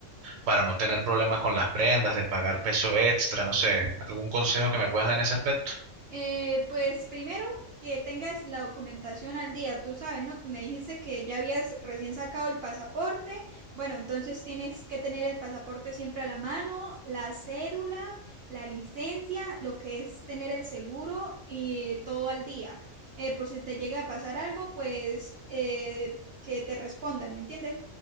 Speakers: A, on the right; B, on the right.
A: para no tener problema con las prendas, de pagar peso extra, no sé, algún consejo que me puedas dar en ese aspecto.
B: Eh, pues primero que tengas la documentación al día, tú sabes, ¿no? Me dijiste que ya habías recién sacado el pasaporte. Bueno, entonces tienes que tener el pasaporte siempre a la mano, la cédula, la licencia, lo que es tener el seguro y todo al día. Eh, por si te llega a pasar algo, pues eh, que te respondan, ¿me entiendes?